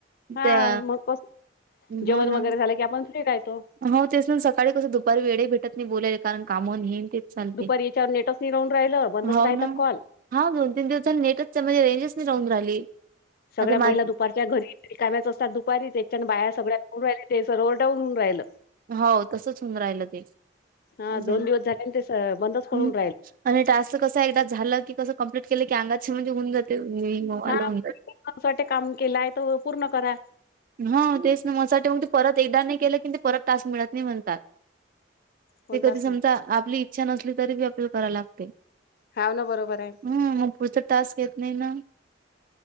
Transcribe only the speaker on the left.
हा
मग कस जेवण
वगैरे, झालं की आपण फ्री रायतो.
दुपारी याच्यावर नेटच नाही राहून राहिलं बंदच
राहतात
कॉल
सगळ्या
महिला
दुपारच्या घरी रिकाम्याच असतात दुपारीच यायच्या बाया सगळ्या. राहि ते सरोरडाऊनऊन राहिलं
हा दोन
दिवस झाले ते स बंदच पडून राहिलं
हा
<unintelligible> काम केलाय त पूर्ण करा.
कोणताच
नाही
हाव ना बरोबर आहे